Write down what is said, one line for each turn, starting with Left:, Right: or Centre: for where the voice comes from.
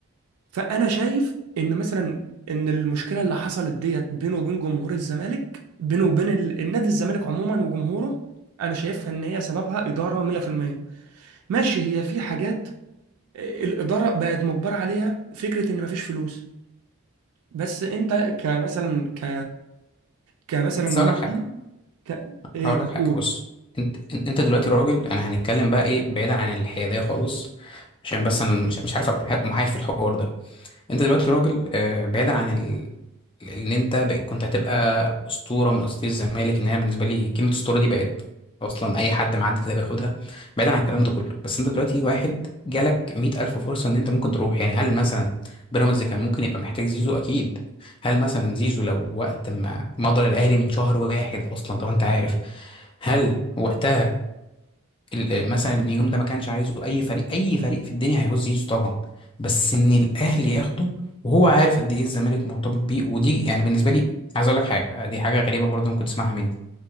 Right: فانا شايف ان مثلا ان المشكله اللي حصلت ديت بينه وبين جمهور الزمالك بينه وبين ال- النادي الزمالك عموما وجمهوره انا شايفها ان هي سببها اداره 100% ماشي هي في حاجات آه، الاداره بقت مجبره عليها فكره ان مفيش فلوس بس انت كمثلا ك كمثلا
Left: بس
Right: نادي
Left: هقول لك حاجه
Right: ك... إيه
Left: هقول
Right: تقول
Left: لك حاجه بص انت انت أنت دلوقتي راجل انا هنتكلم بقى ايه بعيدا عن الحياديه خالص عشان بس انا مش, مش عارف أبقى محا- محايد في الحوار ده انت دلوقتي راجل آه، بعيدا عن ال... اللي انت بقى كنت هتبقى اسطوره من اساطير الزمالك ان انا بالنسبه لي كلمه اسطوره دي بقت اصلا اي حد معدي كده بياخدها بعيدا عن الكلام ده كله بس انت دلوقتي واحد جالك مئة الف فرصه ان انت ممكن تروح يعني هل مثلا بيراميدز كان ممكن يبقى محتاج زيزو اكيد هل مثلا زيزو لو وقت ما مضى الاهلي من شهر واحد اصلا لو انت عارف هل وقتها ال- آه، مثلا ان يوم ده ما كانش عايزه اي فريق اي فريق في الدنيا هيعوز يزيزو طبعا بس ان الاهلي ياخده وهو عارف قد ايه الزمالك مرتبط بيه ودي يعني بالنسبه لي عايز اقول لك حاجه دي حاجه غريبه برضه ممكن تسمعها مني